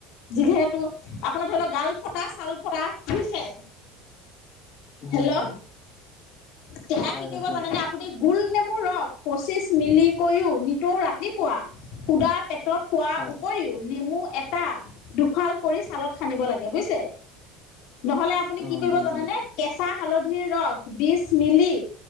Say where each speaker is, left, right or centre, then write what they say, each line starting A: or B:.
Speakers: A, on the left; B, on the left.
A: যিহেতু, আপোনাৰ ধৰি লক গাল ফটাচ, ছাল ফটাহ বুজিছে? হেল্ল'হ
B: হয় হয়
A: তেহা
B: হয়
A: কৰিব
B: হয় শুনিছো
A: জানেনে আপুনি গুল, নেমু ৰস পঁচিছ মিলি কৰিও নিতৌ ৰাতিপুৱা সুধা, পেটত খোৱাৰ
B: হয়
A: উপৰিও নেমু- এটা দুফাল, কৰি ছালত খানিব লাগে, বুজিছে? নহলে, আপুনি
B: অ
A: কি কৰিব
B: বুজিছো
A: জানেনে
B: বুজিছো
A: কেঁচা হালধিৰ, ৰস বিছ মিলি,